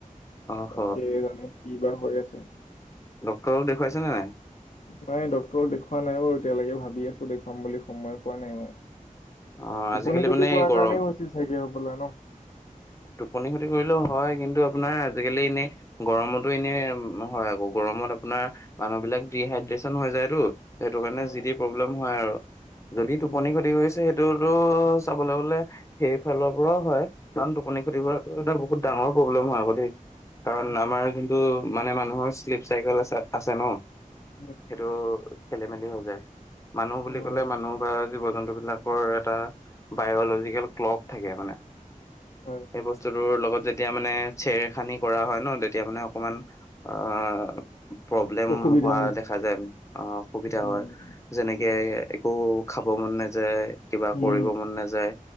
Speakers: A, on the left; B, on the left.
A: অহ
B: তাকে জানো কিবা হৈ আছে।
A: ডক্তৰক দেখুৱাইছে নে নাই
B: নাই ডক্টৰক দেখুওৱা নাই বাৰু এতিয়ালৈকে ভাবি আছোঁ দেখুৱাম বুলি, সময় পোৱা নাই মানে।
A: অ
B: টোপনি
A: আজিকালি
B: খতি
A: মানে
B: কোৱাৰ
A: এই গৰম
B: কাৰণেই হৈছে চাগে হবলা ন?
A: টোপনি খতি কৰিলেও হয়, কিন্তু আপোনাৰ আজিকালি এনেই গৰমতো এনে নহয় আকৌ, গৰমত আপোনাৰ মানুহবিলাক ডিহাইড্ৰেচন হৈ যায়তো, সেইটো কাৰণে
B: হয়।
A: যি টি প্ৰব্লেম হয় আৰু। যদি
B: উম
A: টোপনি খতি কৰিছে, সেইটোতো চাবলৈ গলে সেইফালৰ পৰাও হয়। ইমান খতি টোপনি কৰাটো
B: উম,
A: এটা বহুত ডাঙৰ প্ৰব্লেম হয় আক দেই, কাৰণ
B: উম,
A: আমাৰ কিন্তু মানে মানুহৰ চেলিফ চাইকেল আছে আছে ন।
B: উম।
A: সেইটো খেলি মেলি হৈ যায়, মানুহ বুলি
B: হয়
A: কলে মানুহ বা জীৱ জন্তু বিলাকৰ এটা বায়লজিকেল ক্লক থাকে মানে।
B: হয়
A: সেই বস্তু টোৰ লগত যেতিয়া মানে চেৰ খানি কৰা হয় ন তেতিয়া মানে অকমান আঁ প্ৰব্লেম
B: অসুবিধা
A: হোৱা
B: হয়
A: দেখা যায়, অঁ অসুবিধা
B: উম
A: হয়। যেনেকে একো খাব মন নাযায়। কিবা
B: উম
A: কৰিব মন নাযায়,